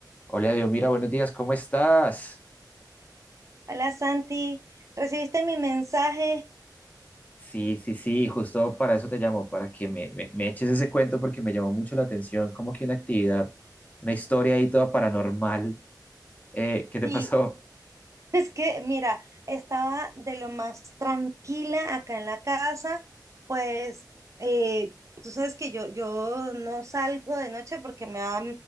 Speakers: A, on the left; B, on the right.
A: Hola, Dios, mira, buenos días, ¿cómo estás?
B: Hola Santi, ¿recibiste mi mensaje?
A: Sí, sí, sí, justo para eso te llamo, para que me, me, me eches ese cuento porque me llamó mucho la atención, como que una actividad, una historia ahí toda paranormal. Eh, ¿qué te
B: Sí,
A: pasó?
B: <laughs> Es que, mira, estaba de lo más tranquila acá en la casa, pues eh, tú sabes que yo, yo no salgo de noche porque me da